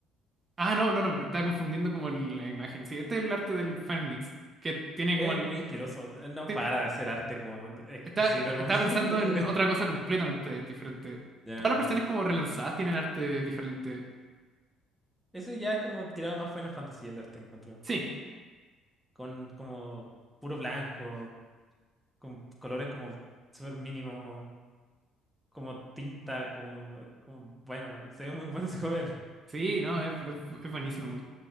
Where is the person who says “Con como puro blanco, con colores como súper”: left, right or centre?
Centre